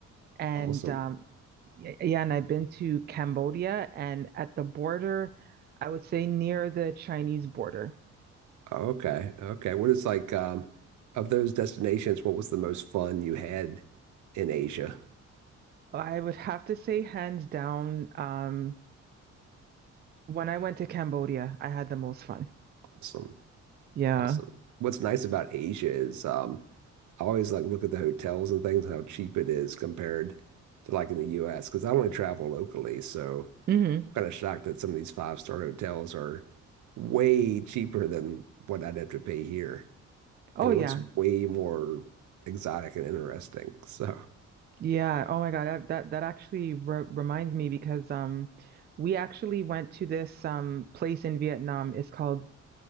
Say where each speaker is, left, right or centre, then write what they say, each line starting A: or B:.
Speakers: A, on the right; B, on the right.
A: and
B: Awesome.
A: um y- yeah, and I've been to Cambodia and at the border, I would say near the Chinese border.
B: Okay. Okay. What is like um of those destinations, what was the most fun you had in Asia?
A: I would have to say hands down, um, when I went to Cambodia, I had the most fun.
B: Awesome.
A: Yeah.
B: Awesome. What's nice about Asia is um I always like look at the hotels and things and how cheap it is compared to like in the US because I only travel locally, so
A: hmm
B: I'm kind of shocked that some of these five-star hotels are way cheaper than what I'd have to pay here.
A: Oh
B: And
A: yeah.
B: it looks way more exotic and interesting. So,
A: Yeah. Oh my God. That that that actually re reminds me because um we actually went to this um place in Vietnam. It's called